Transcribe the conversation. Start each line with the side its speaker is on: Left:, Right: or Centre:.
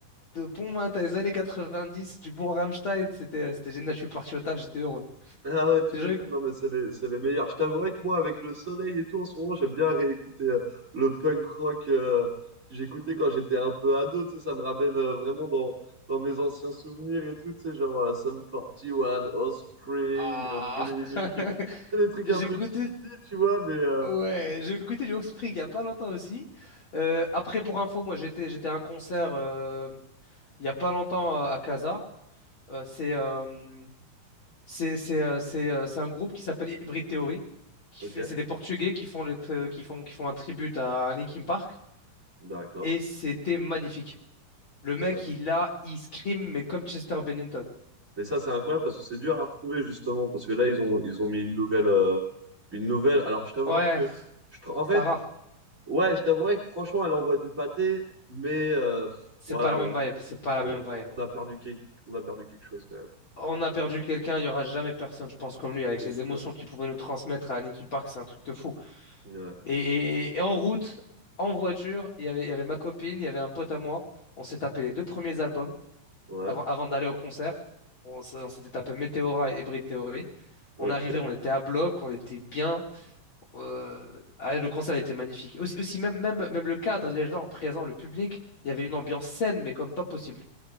Left: de bon matin, t'as les années dix du bon Rammstein, c'était euh, c'était génial. Je suis parti au taf, j'étais heureux.
Right: Ah ouais, tu
Left: Déjà,
Right: m'étonnes, non mais c'est les, c'est les meilleurs. Je t'avouerai que moi, avec le soleil et tout, en ce moment, j'aime bien réécouter euh, le punk rock euh, que j'écoutais quand j'étais un peu ado, tu sais, ça me ramène euh, vraiment dans, dans mes anciens souvenirs et tout, tu sais, genre euh, Sum 41, Offspring,
Left: ah,
Right: euh, Blink
Left: <laughs>
Right: et tout. Et Des trucs
Left: j'ai
Right: un peu
Left: écouté,
Right: cheesy, tu vois, mais... euh,
Left: ouais, j'ai écouté du Offspring il y a pas longtemps aussi. Euh, après, pour info, moi j'étais j'étais à un concert euh, il y a pas longtemps euh, à Casa. Euh, c'est euh, C'est c'est, euh, c'est, euh, c'est un groupe qui s'appelle Hybrid Theory, qui
Right: Ok,
Left: fait c'est des Portugais qui font le tr- qui font qui font un tribute à Linkin Park
Right: d'accord.
Left: et c'était magnifique. Le
Right: Ça,
Left: mec
Right: c'est-
Left: il a il scream mais comme Chester Bennington.
Right: mais ça, c'est incroyable parce que c'est dur à retrouver, justement, parce que là, ils ont, ils ont mis une nouvelle... euh, une nouvelle... Alors, je t'avouerai
Left: Ouais,
Right: que... Je tr- En fait,
Left: Sarah,
Right: Ouais, je t'avouerais que franchement, elle envoie du pâté, mais euh, pff,
Left: c'est
Right: voilà,
Left: pas la
Right: on,
Left: même vibe, c'est pas
Right: on,
Left: la même vibe.
Right: on a perdu quelque, on a perdu quelque chose quand même.
Left: On a perdu quelqu'un, il y aura jamais personne, je pense, comme
Right: Je
Left: lui, avec
Right: te
Left: les
Right: jure.
Left: émotions qu'il pouvait nous transmettre à Linkin Park, c'est un truc de fou.
Right: Ouais,
Left: Et, et- et en route, en voiture, il y avait, il y avait ma copine, il y avait un pote à moi, on s'est tapé les deux premiers albums.
Right: ouais,
Left: avant, avant d'aller au concert, on, s- on s'était tapé Météora et Hybrid Theory.
Right: ok.
Left: On arrivait, on était à bloc, on était bien. Euh, ah, le concert était magnifique. Aussi, aussi même, même, même le cadre, les gens présents, le public, il y avait une ambiance saine, mais comme pas possible.